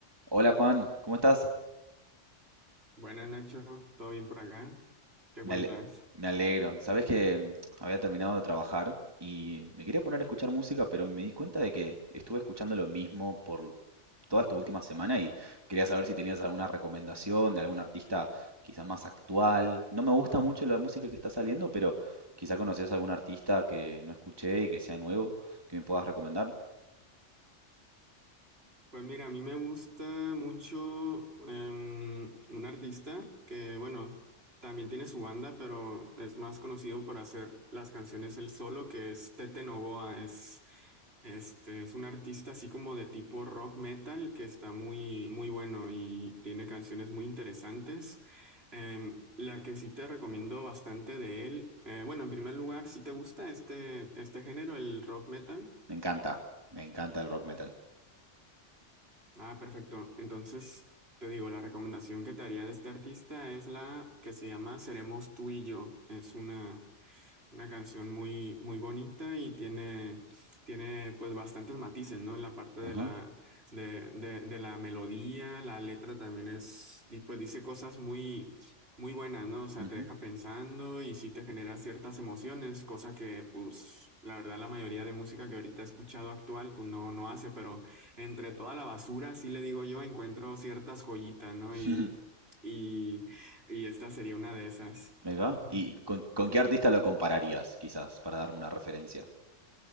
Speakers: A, on the right; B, on the right.
A: Hola Juan, ¿cómo estás?
B: Buenas Nacho, ¿todo bien por acá? ¿Qué
A: Me
B: cuentas?
A: ale- me alegro. Sabés que mm, había terminado de trabajar y me quería poner a escuchar música, pero me di cuenta de que estuve escuchando lo mismo por toda esta última semana y quería saber si tenías alguna recomendación de algún artista quizá más actual. No me gusta mucho la música que está saliendo, pero quizá conoces algún artista que no escuché y que sea nuevo, que me puedas recomendar.
B: Pues mira, a mí me gusta mucho em, un artista que, bueno, también tiene su banda, pero es más conocido por hacer las canciones él solo, que es Tete Novoa. Es Este es un artista así como de tipo rock metal que está muy, muy bueno y tiene canciones muy interesantes. Em, la que sí te recomiendo bastante de él, eh, bueno, en primer lugar, si te gusta este, este género, el rock metal,
A: Me encanta, me encanta el rock metal.
B: ah, perfecto. Entonces, te digo, la recomendación que te haría de este artista es la que se llama Seremos tú y yo. Es una, Una canción muy, muy bonita y tiene, tiene pues bastantes matices, ¿no? En la parte de
A: Ajá,
B: la, de, de- de la melodía, la letra también es, y pues dice cosas muy, muy buenas, ¿no? O sea,
A: ujú.
B: te deja pensando y sí te genera ciertas emociones, cosa que pues la verdad la mayoría de música que ahorita he escuchado actual pues no, no hace, pero entre toda la basura, sí le digo yo, encuentro ciertas joyitas, ¿no?
A: <laughs>
B: Y, y, y esta sería una de esas.
A: Ahí va.
B: <laughs>
A: ¿Y con, con qué artista lo compararías, quizás, para darme una referencia?